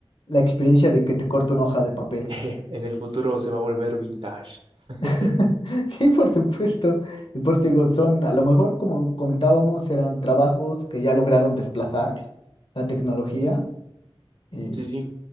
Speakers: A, on the left; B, on the right.
A: La experiencia de que te corto una hoja de papel.
B: <laughs> en el futuro se va a volver vintage. <laughs>
A: <laughs> Sí, por supuesto. Y Por eso digo, son, a lo mejor, como comentábamos, eran trabajos que ya lograron desplazar la tecnología Y
B: Sí, sí,